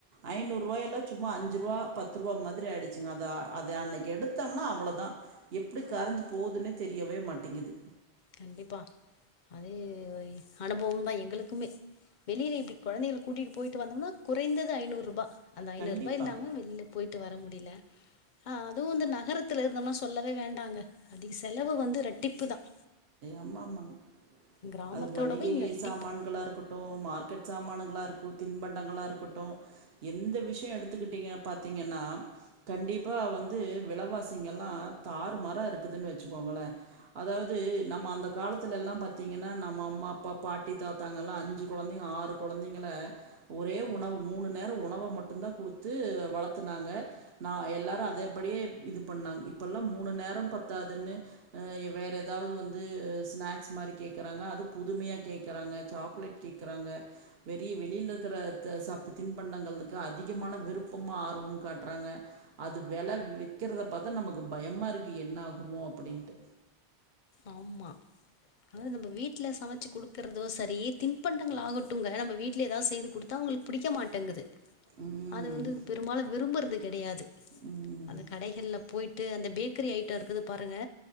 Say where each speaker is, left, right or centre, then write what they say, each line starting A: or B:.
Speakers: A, on the right; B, on the left.
A: ஐநூரூவாயல்லாம் சும்மா அஞ்சு ரூவா பத்துருவா மாரி ஆயிடுச்சுங்க அத அது அன்னைக்கு எடுத்தம்னா அவ்ளோதான் எப்டி கரஞ்சி போதுன்னே தெரியவே மாட்டேங்குது
B: கண்டிப்பா அதே அனுபவம் தான் எங்களுக்குமே வெளில இப்டி கொழந்தைகள கூட்டிட்டு போய்ட்டு வந்தோம் குறைந்தது ஐநூறுரூபா அந்த ஐநூறு
A: கண்டிப்பாங்க.
B: ரூபா இல்லாம வெள்ல போயிட்டு வர முடியல ஆ அதுவும் இந்த நகரத்துல இருந்தோம்னா சொல்லவே வேண்டாங்க அன்னிக்கு செலவு வந்து ரெட்டிப்பு தான்
A: எம்மா எம்மாங்க
B: கிராமத்தோடவு
A: அது மளிகை
B: இங்க ரெட்டிப்பு
A: சாமான்களா இருக்கட் டும் மார்க்கெட் சாமானுங்களா இருக்கும் தின்பண்டங்களா இருக்கட்டும் எந்த விஷயம் எடுத்துக்கிட்டீங்க பாத்தீங்கன்னா கண்டிப்பா வந்து விலவாசிங்க எல்லாம் தாறு மாறா இருக்குதுன்னு வச்சுக்கோங்களேன் அதாவது நம்ம அந்த காலத்துல எல்லாம் பாத்தீங்கன்னா நம்ம அம்மா அப்பா பாட்டி தாத்தாங்கல்லாம் அஞ்சு கொழந்தைங்க ஆறு கொழந்தைங்கள ஒரே உணவு மூணு நேரோ உணவ மட்டு தா குடுத்து வளத்துனாங்க நா எல்லாரு அதேபடியே இது பண்ணாங்க இப்பலா மூணு நேரோ பத்தாதுன்னு வேற ஏதாவ்து வந்து ஸ்நாக்ஸ் மாரி கேக்குறாங்க அது புதுமையா கேக்குறாங்க சாக்லேட் கேக்குறாங்க வெளி வெளியில இருக்கிற சப்பு தின்பண்டங்களுக்கு அதிகமான விருப்பமு ஆர்வமு காட்றாங்க அது வெல விக்கிறத பாத்தா நமக்கு பயமா இருக்கு என்ன ஆகுமோ அப்படின்ட்டு
B: ஆமா அதாது நம்ப வீட்ல சமைச்சு குடுக்குறதோ செரி தின்பண்டங்கள் ஆகட்டுங்க நம்ம வீட்ல எதா செய்து குடுத் தா அவுங்குளுக்கு பிடிக்க மாட்டங்குது
A: ம்
B: அத வந்து பெரும்பாலு விரும்றது கிடையாது
A: ம்
B: அந்த கடைகள்ல போயிட்டு அந்த பேக்கரி ஐட்டோ இருக்குது பாருங்க